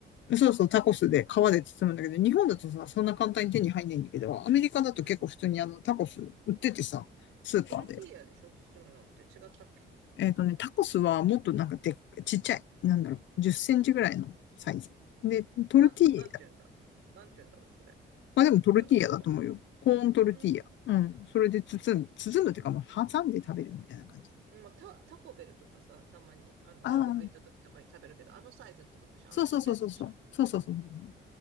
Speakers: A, on the left; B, on the right.
A: そうそう、タコスで皮で包むんだけど、日本だとさ、そんな簡単に手に入んないんだけど、アメリカだと結構普通にあの、
B: うん。
A: タコス売っててさ、スーパーで。
B: トルティーヤでしょ包むのって違ったっけ
A: えっとね、タコスはもっとなんかでっ、ちっちゃい。なんだろう、10センチぐらいのサイズ。で、トルティーヤ。
B: な、なんて言うんだなんて言うんだろう、それ。
A: まあでもトルティーヤだと思うよ。
B: 売ってんの、それが。
A: コーントルティーヤ。
B: うん。
A: うん。それで包む、包むっていうか、まあ挟んで食べるみたいな感じ。
B: もうタ、タコベルとかさ、たまに、あの、
A: ああ、
B: 外国行った時とかに食べるけど、あのサイズってことでしょあのちっちゃいやつでしょ
A: そうそうそうそうそう。そうそうそうそう